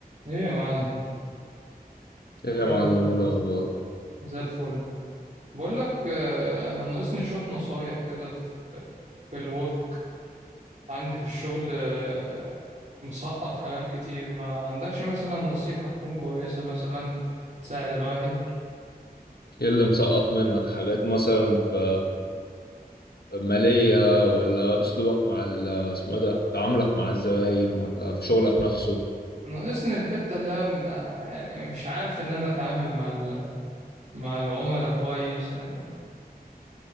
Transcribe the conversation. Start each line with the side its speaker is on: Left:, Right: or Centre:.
Right: ايه يا معلم
Left: ايه يا
Right: ايه
Left: معلم
Right: الاخبار
Left: ايه الاخبار
Right: زي الفل بقول لك آه، انا ناقصني شويه نصايح كده في في الورك عندي في الشغل آه، مسقط حاجات كتير ما عندكش مثلا نصيحه تكون كويسه مثلا تساعد الواحد
Left: ايه اللي مسقط منك حاجات مثلا في مالية ولا اسلوبك مع ال- اسمه ايه ده تعاملك مع الزباين ولا في شغلك نفسه
Right: ناقصني الحته اللي هي م- يعني مش عارف ان انا اتعامل مع ال- مع العملاء كويس يعني